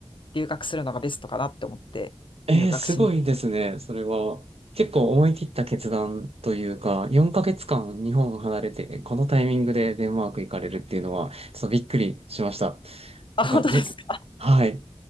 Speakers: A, on the left (about 50°); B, on the right (about 70°).
A: 留学するのがベストかなって思って、
B: ええ、
A: 留学しに。
B: すごいですね、それは。結構思い切った決断というか、4ヶ月間日本を離れて、このタイミングでデンマーク行かれるっていうのは、ちょっとびっくりしました。
A: あ、
B: てか、
A: 本当ですか。
B: じ、はい。